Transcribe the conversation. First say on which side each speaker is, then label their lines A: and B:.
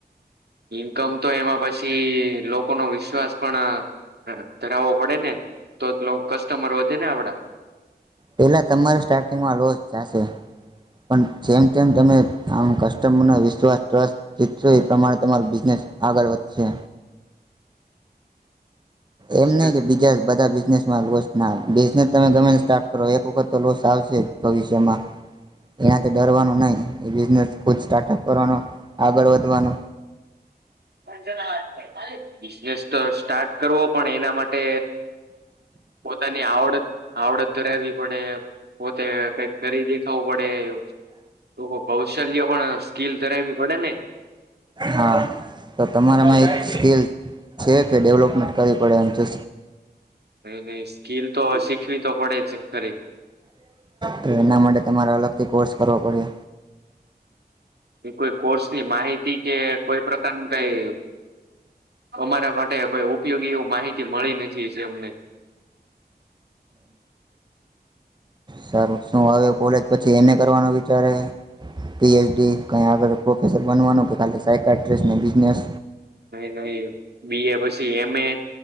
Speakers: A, on the right; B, on the right.
A: ઇન્કમ તો એમાં પછી લોકોનો વિશ્વાસ પણ હ ધરાવવો પડે ને તો કસ્ટમર વધે ને આપડા
B: પહેલા તમારા સ્ટાર્ટિંગમાં લોસ જાશે પણ જે તેમ તમે આમ કસ્ટમરનો વિશ્વાસ ટ્રસ જીતશો એ પ્રમાણે તમારો બિઝનેસ આગળ વધશે
A: બિઝનેસ
B: એમ નહ કે બીજા બધા બિઝનેસ માં ના બિઝનેસ તમે ગમે સ્ટાર્ટ કરો એક વખત તો લોસ આવશે જ ભવિષ્યમાં એનાથી ડરવાનું નહ એ બિઝનેસ ખુદ સ્ટાર્ટઅપ કરવાનો આગળ વધવાનું
A: ધજના વા બિઝનેસ તો સ્ટાર્ટ કરવો પણ એના માટે પોતાની આવડત આવડત ધરાવી પડે પોતે કઈક કરી દેખાવું પડે તો કૌશલ્ય પણ સ્કીિલ ધરાવી પડે નેને
B: હા તો તમારામાં એક સ્કેલ છે કે ડેવલપમેન્ટ કરવી પડે એમ છે.
A: ન નહી સ્કીિલ તો શીખવી તો પડે જ ખરી
B: તો એના માટે તમારાલગ કે કોર્સ કરવ પડે
A: કોઈ કોર્સની માહિતી કે કોઈ પ્રકારનું કઈ અમારા માટે માટેઈ ઉપયોગી એવું માહિતી મળી નથી અમને
B: સારું શું હવે કોલેજ પછી એમ એ કરવાનું ચ્યારે પીએચડી કાંય આગળ પ્રોફેસર બનવાનું કે ખાલી સાઇક આટ્રેસ્ટને બિઝનેસ
A: નવી નવી બી એ પછી એમ એ